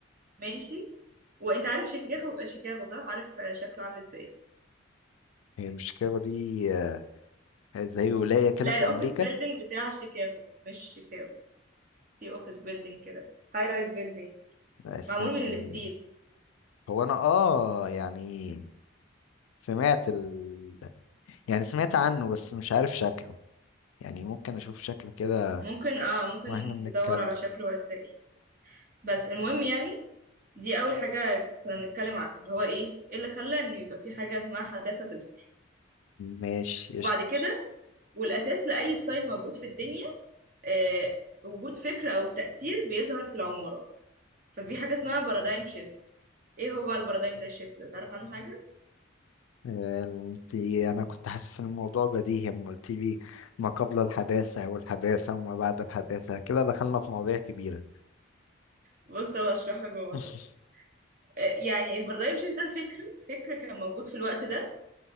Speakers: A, on the right; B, on the left.
A: ماشي وانت عارف شيكاغو شيكاغو صح عارف شكله عامل ازاي
B: هي مش شيكاغو دي آه، زي ولاية كده
A: لا
B: في
A: الاوفيس
B: أمريكا
A: بيلدينج بتاع شيكاغو مش شيكاغو في اوفيس بيلدينج كده هاي رايز بيلدينج
B: لا استني
A: معمول من الستيل
B: هو أنا اه يعني سمعت ال يعني سمعت عنه بس مش عارف شكله يعني ممكن أشوف شكله كده
A: ممكن اه ممكن
B: وإحنا بنتكلم
A: تدور على شكله وهتلاقيه بس المهم يعني دي اول حاجة ك- كنا بنتكلم عنها اللي هو ايه إيه اللي خلى ان يبقى في حاجة اسمها حداثة تظهر
B: ماشي
A: وبعد
B: قشطة
A: كده والاساس لاي ستايل موجود في الدنيا آه وجود فكرة او تأثير بيظهر في العمارة ففي حاجة اسمها بارادايم شيفت ايه هو البارادايم ده الشيفت ده تعرف عنه حاجة
B: انتي انا كنت حاسس ان الموضوع بديهي اما قلت لي ما قبل الحداثة والحداثة وما بعد الحداثة كده دخلنا في مواضيع كبيرة
A: بص طب اشرح لك ببساطه
B: <laughs>
A: آه، يعني البارادايم شيفت ده فكر فكر كان موجود في الوقت ده